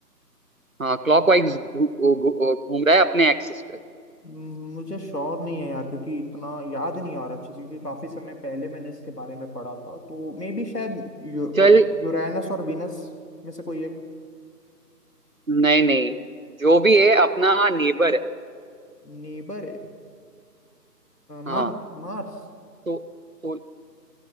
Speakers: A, on the right (about 55°); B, on the left (about 65°).
A: हाँ क्लॉकवाइज घूम रहा है अपने एक्सिस पे
B: हम्म, मुझे श्योर नहीं है यार क्योंकि इतना याद नहीं आ रहा अच्छे से क्योंकि काफी समय पहले मैंने इसके बारे में पढ़ा था तो मे बी शायद यू,
A: चल
B: यूरैनस और वीनस में से कोई एक
A: नहीं नहीं जो भी है अपना नेबर है
B: नेबर है
A: हाँ
B: Mars Mars
A: तो तो